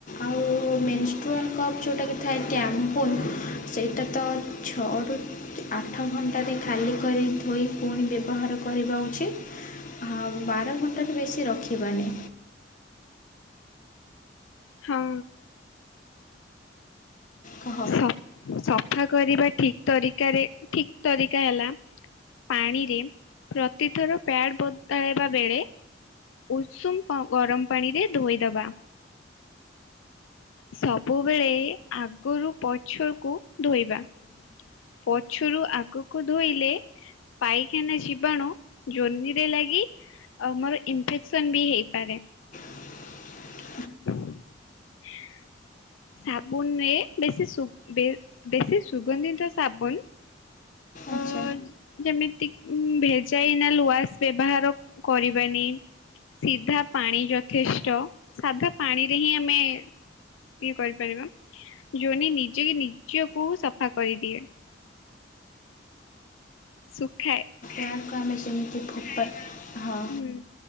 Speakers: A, on the left; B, on the left.
A: ଆଉ ମେନସ୍ ଟ୍ରୁନକପ୍ ଯୋଉଟାକି ଥାଏ ଟ୍ୟାମ୍ପୁନ୍ ସେଇଟା ତ ଛଅରୁ ଆଠ ଘଣ୍ଟାରେ ଖାଲି କରି ଧୋଇ ପୁଣି ବ୍ୟବହାର କରିବା ଉଚିତ୍। ହଁ ବାର ଘଣ୍ଟାରୁୁ ବେଶୀ ରଖିବାନି।
B: ହଁ।
A: କହ
B: ସ-ସଫା କରିବା ଠିକ ତରିକାରେ ଠିକ ତରିକା ହେଲା ପାଣିରେ ପ୍ରତିଥର ପ୍ୟାଡ ବଦଳେଇବା ବେଳେ ଉଷୁମ୍ ପ-ଗରମ ପାଣିରେ ଧୋଇଦବା। ସବୁବେଳେ ଆଗରୁ ପଛକୁ ଧୋଇବା। ପଛରୁ ଆଗକୁ ଧୋଇଲେ ପାଇଖେନା ଜୀବାଣୁ ଜୋନିରେ ଲାଗି ଆମର ଇନଫେକ୍ସନ୍ ବି ହେଇପାରେ।
A: <inaudible>
B: <inaudible> ସାବୁନରେ ବେଶୀ ସୁ ବେ-ବେଶୀ ସୁଗନ୍ଧିତ ସାବନ୍
A: ଆଛ୍
B: ଅ-ଯେମିତି ଭେଜାଇନାଲ୍ ୱାସ୍ ବ୍ୟବହାର କରିବାନି। ସିଧା ପାଣି ଯଥେଷ୍ଟ ସାଧା ପାଣିରେ ହିଁ ଆମେ ଇଏ କରିପାରିବା ଜୋନି ନିଜେ ନିଜକୁ ସଫା କରିଦିଏ। ସୁଖାଏ।
A: ଏହାକୁ ଆମେ ସେମିତି ଖୋପା ହଁ।
B: ହୁଁ।